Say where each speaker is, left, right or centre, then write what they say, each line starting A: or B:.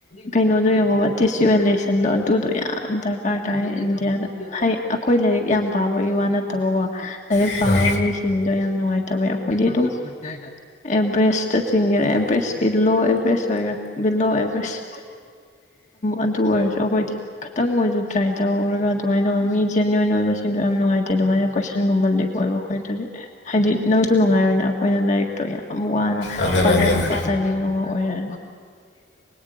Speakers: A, on the left; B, on the left.
A: ꯀꯩꯅꯣꯗꯣ ꯌꯦꯡꯉꯣꯕ ꯇꯤꯁꯂꯦꯁꯟꯗꯣ ꯑꯗꯨꯗꯣ ꯌꯥꯝ ꯗꯔꯀꯥꯔ ꯇꯥꯏ ꯏꯟꯗꯤꯌꯥꯗ ꯍ ꯑꯩꯈꯣꯏ ꯂꯥꯏꯔꯤꯛ ꯌꯥꯝ ꯄꯥꯕꯒꯤ ꯋꯥ ꯅꯠꯇꯕꯀꯣ ꯂꯥꯏꯔꯤꯛ
B: ꯑꯥ
A: ꯄꯥꯕ ꯃꯤꯁꯤꯡꯗꯣ ꯌꯥꯝ ꯅꯨꯡꯉꯥꯏꯇꯕ ꯑꯩꯈꯣꯏꯗꯤ ꯑꯗꯨꯝ ꯑꯦꯚꯔꯦꯁ ꯆꯠꯆꯤꯡꯒꯦꯔꯥ ꯑꯦꯚꯔꯦꯁꯀꯤ ꯂꯣ ꯑꯦꯚꯔꯦꯁ ꯑꯣꯏꯒꯦꯔꯥ ꯕꯤꯂꯣ ꯑꯦꯚꯔꯦꯁ ꯑꯗꯨ ꯑꯣꯏꯔꯁꯨ ꯑꯩꯈꯣꯏꯗꯤ ꯈꯤꯇꯪ ꯑꯣꯏꯁꯨ ꯇ꯭ꯔꯥꯏ ꯇꯧꯔꯒ ꯑꯗꯨꯃꯥꯏꯅ ꯇꯧꯕ ꯃꯤ ꯖꯦꯅꯋꯟ ꯑꯣꯏꯕꯁꯤꯡꯗꯣ ꯌꯥꯝ ꯅꯨꯡꯉꯥꯏꯇꯦ ꯑꯗꯨꯃꯥꯏꯅ ꯀꯣꯏꯁꯟꯒꯨꯝꯕ ꯂꯤꯛ ꯑꯣꯏꯕ ꯑꯩꯈꯣꯏꯗꯨꯗꯤ ꯑꯦ ꯍꯥꯏꯗꯤ ꯅꯪꯁꯨ ꯅꯨꯡꯉꯥꯏꯔꯣꯏꯅꯦ ꯑꯩꯈꯣꯏꯅ ꯂꯥꯏꯔꯤꯛꯇꯣ ꯌꯥꯝ ꯋꯥꯅ
B: ꯑꯗꯨꯅꯦ
A: ꯄꯥꯖꯔꯛꯄ
B: ꯑꯗꯨꯅꯦ
A: ꯇꯥꯏꯃꯤꯡ ꯑꯃꯨ ꯑꯣꯏꯔ